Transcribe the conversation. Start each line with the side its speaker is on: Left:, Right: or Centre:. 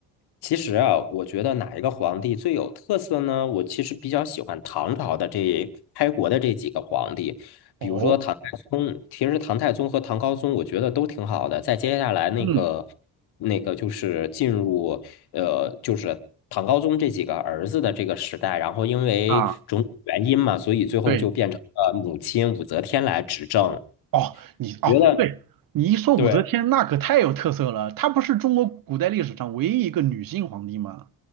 Left: 其实啊，我觉得哪一个皇帝最有特色呢？我其实比较喜欢唐朝的这开国的这几个皇帝，
Right: 哦，
Left: 比如说唐太宗。其实唐太宗和唐高宗，我觉得都挺好的。在接下来那个
Right: 嗯
Left: 那个就是进入呃，就是唐高宗这几个儿子的这个时代，然后因为种种原因嘛，
Right: 啊，
Left: 所以最后就变成了母亲武则天来执政。
Right: 对。哦，你哦，
Left: 觉得
Right: 对，你一说武则天，
Left: 对
Right: 那可太有特色了。她不是中国古代历史上唯一一个女性皇帝吗？